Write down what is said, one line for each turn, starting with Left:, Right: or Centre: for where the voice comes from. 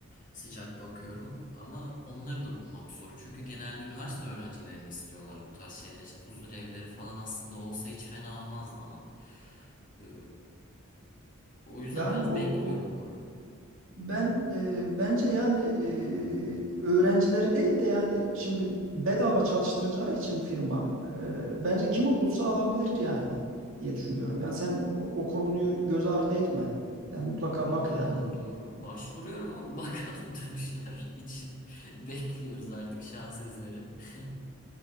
Left: sıcak bakıyorum ama onları da bulmak zor. Çünkü genelde üniversite öğrencilerini istiyorlar bu tarz şeyler için. Huzur evleri falan aslında olsa hiç fena olmazdı ama. Ee, o yüzden
Right: Yani
Left: biraz
Right: o,
Left: bekliyorum
Right: o-
Left: bu ara.
Right: Ben e, bence yani e, öğrencileri değil de yani şimdi bedava çalıştıracağı için firma e, bence kimi bulsa alabilir yani diye düşünüyorum. Yani sen o, o konuyu göz ardı etme. Yani mutlaka
Left: Yok
Right: bak
Left: be,
Right: yani.
Left: doğru doğru başvuruyorum ama <laughs> bakalım dönüşler için <laughs> bekliyoruz artık şans eseri. <laughs>